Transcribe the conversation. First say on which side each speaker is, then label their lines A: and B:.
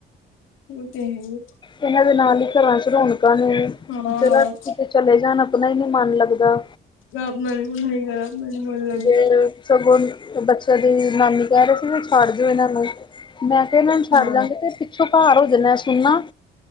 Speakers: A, on the left; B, on the left.
A: ਓ ਤੇ ਹੈ ਈ।
B: ਇਹਨਾ ਦੇ ਨਾਲ ਹੀ ਘਰਾਂ 'ਚ ਰੌਣਕਾਂ ਨੇ।
A: ਹਾਂ
B: ਜਦ ਅਸੀ ਕਿਤੇ ਚਲੇ ਜਾਣ ਆਪਣਾ ਈ ਨੀ ਮਨ ਲੱਗਦਾ।
A: ਘਰ ਨਲ ਸਈ ਗੱਲ ਏ ਅਪਨਾ ਮਨ ਨਈ ਲੱਗਦ
B: ਤੇ ਸਗੋ ਬੱਚਿਆਂ ਦੀ ਨਾਨੀ ਕਹਿ ਰਏ ਸੀ ਵੀ ਛੱਡ ਦਿਓ ਇਹਨਾਂ ਨੂੰ ਮੈਂ ਕਿਆ ਇਹਨਾਂ ਨੂੰ ਛੱਡ
A: ਹਾਂ
B: ਜਾਗੇ ਤੇ ਪਿੱਛੋਂ ਘਾਰ ਹੋ ਜਾਣਾ ਸੁਨਾ